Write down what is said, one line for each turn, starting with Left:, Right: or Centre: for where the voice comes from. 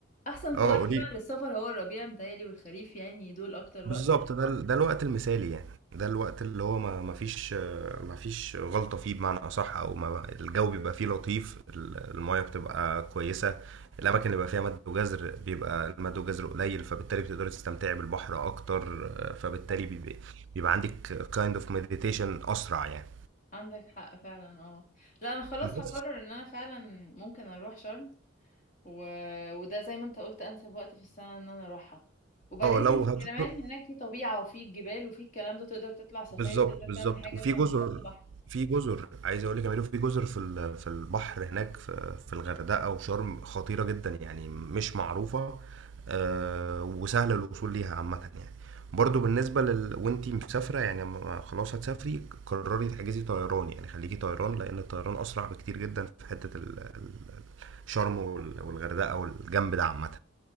Left: احسن
Right: اه
Left: في وقت
Right: قولي
Left: فعلا للسفر هو الربيع متهيألي والخريف يعني دول اكتر
Right: بالظبط
Left: وقت
Right: ده ال- ده الوقت المثالي يعني ده الوقت اللي هو ما ما فيش آه، ما فيش غلطة فيه بمعنى أصح أو ما الجو بيبقى فيه لطيف ال- المية بتبقى كويسة الأماكن اللي بيبقى فيها مد وجزر بيبقى المد وجزر قليل فبالتالي بتقدري تستمتعي بالبحر أكتر آه، فبالتالي
Left: صح
Right: بيبقى, بيبقى عندك kind of meditation أسرع يعني
Left: عندك حق فعلا اه لا انا خلاص
Right: بس
Left: هقرر ان انا فعلا ممكن اروح شرم و... وده زي ما انت قلت انسب وقت في السنة ان انا اروحها وبعدين
Right: اه لو
Left: هن-
Right: هتروح
Left: كمان هناك في طبيعة وفي جبال وفي الكلام ده تقدر تطلع سفاري
Right: بالظبط
Left: تقدر
Right: بالظبط
Left: تعمل حاجة
Right: وفي
Left: فمش
Right: جزر
Left: بس بحر
Right: في جزر عايز اقول لك يا ميدو في جزر في ال- في البحر هناك في في الغردقه وشرم خطيره جدا يعني مش معروفه آه، وسهل الوصول ليها عامه يعني برضو بالنسبه لل وانتي مسافره يعني ما- خلاص هتسافري قرري تحجزي طيران يعني خليكي طيران لان الطيران اسرع بكتير جدا في حته ال- ال- شرم وال- والغردقه والجنب ده عامه